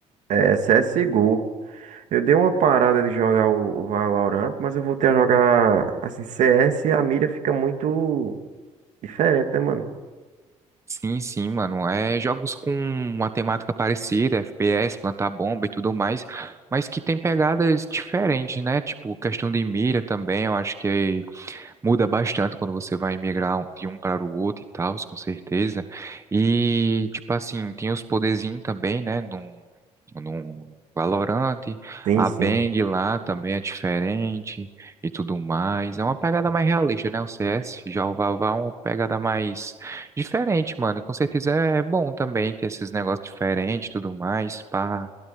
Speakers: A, on the right (about 70°); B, on the right (about 20°).
A: É CSGO. Eu dei uma parada de jogar o o Valorant, mas eu voltei a jogar assim CS e a mira fica muito diferente, né, mano?
B: Sim, sim, mano. É jogos com uma temática parecida, FPS, plantar bomba e tudo mais, mas que tem pegadas diferentes, né? Tipo, questão de mira também, eu acho que muda bastante quando você vai migrar de um para o outro e tal, com certeza. E, tipo assim, tem os poderzinhos também, né? no no Valorant,
A: Sim,
B: a
A: sim.
B: Bang lá também é diferente e tudo mais. É uma pegada mais realista, né? O CS, já o Vavá é uma pegada mais diferente, mano. E com certeza é bom também ter esses negócios diferentes e tudo mais. Pá.